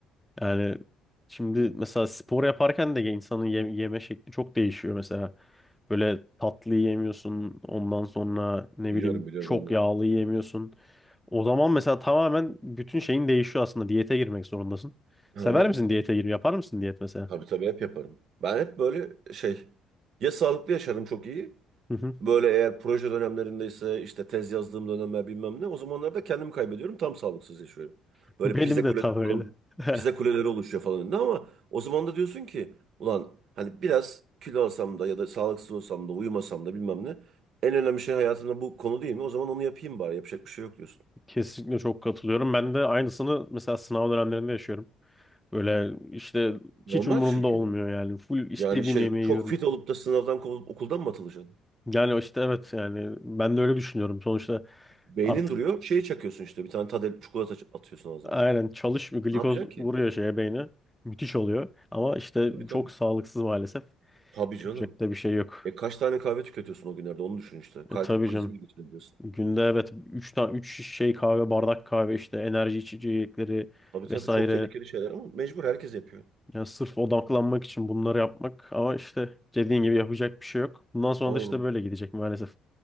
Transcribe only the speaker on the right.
Biliyorum
biliyorum
ben de.
Hı
hı.
Tabii tabii hep yaparım. Ben hep böyle şey ya sağlıklı yaşarım çok iyi.
Böyle eğer proje dönemlerindeyse işte tez yazdığım dönemler bilmem ne o zamanlarda kendimi kaybediyorum tam sağlıksız yaşıyorum.
Böyle
pizza
kuleleri
falan
pizza kuleleri oluşuyor falan önünde ama o zaman da diyorsun ki ulan hani biraz kilo alsam da ya da sağlıksız olsam da uyumasam da bilmem ne en önemli şey hayatımda bu konu değil mi? O zaman onu yapayım bari yapacak bir şey yok diyorsun.
Normal
çünkü.
Yani şey
çok
fit olup da sınavdan kovulup okuldan mı atılacaksın?
Beynin
duruyor. Şeye çakıyorsun işte bir tane tadel çikolata ç- atıyorsun ağzına
falan.
Ne yapacaksın ki?
Tabii tabii.
Tabii canım.
E kaç tane kahve tüketiyorsun o günlerde onu düşün işte. Kalp
krizi
bile geçirebiliyorsun.
Tabii tabii
çok tehlikeli şeyler ama mecbur herkes yapıyor.
Aynen.